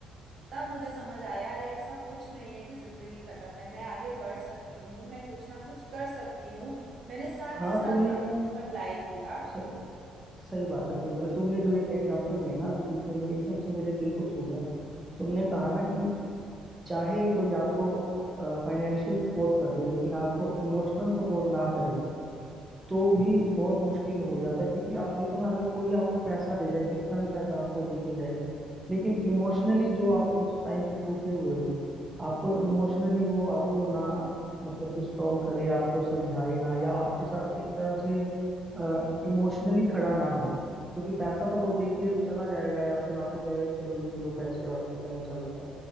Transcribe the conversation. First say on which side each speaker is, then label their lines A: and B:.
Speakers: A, on the right; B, on the right.
A: तब मुझे समझ आया अरे ऐसा कुछ नहीं है कि जिंदगी खत्म है मैं आगे बढ़ सकती हूँ मैं कुछ ना कुछ कर सकती हूँ मैंने साथ
B: हाँ
A: ही साथ
B: तुमने
A: कंपनीज में अप्लाई किया
B: सही, सही बात है सही बात है तुमने जो एक एग्जांपल दिया ना अभी बीच में मेरे- एकदम से मेरे दिल को छू गया तुमने कहा ना कि चाहे कोई आपको फाइनेंशियल सपोर्ट कर दे लेकिन आपको इमोशनल सपोर्ट ना करे तो भी बहुत मुश्किल हो जाता है क्योंकि आप देखो ना अगर कोई आपको पैसा दे जाए कितना भी पैसा आपको दे के जाए लेकिन इमोशनली जो आप उस टाइम पे टूटे हुए हो आपको इमोशनली वो आपको ना मतलब कि स्ट्रोंग करे आपको समझाए ना या आपके साथ एक तरह से इमोशनली खड़ा ना हो क्योंकि पैसा तो वो दे के चला जाएगा या फिर आपको कहेगा कि चलो ये लो पैसे और ठीक है मैं चलता हूँ